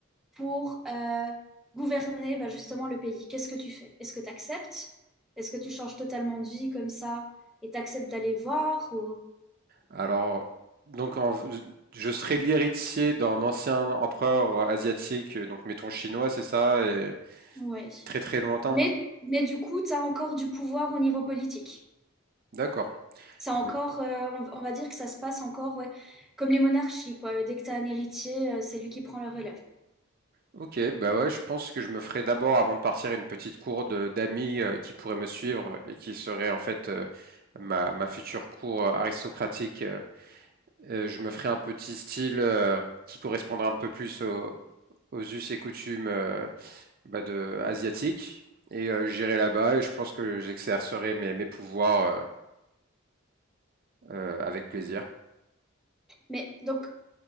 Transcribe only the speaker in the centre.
pour euh, gouverner bah, justement le pays. Qu'est-ce que tu fais? Est-ce que tu acceptes? Est-ce que tu changes totalement de vie comme ça et t'acceptes d'aller voir ou...
Ouais.
Mais, mais du coup, tu as encore du pouvoir au niveau politique.
C'est encore,
euh, on on va dire que ça se passe encore, ouais, comme les monarchies, quoi. Dès que tu as un héritier, euh, c'est lui qui prend le relève.
Mais donc,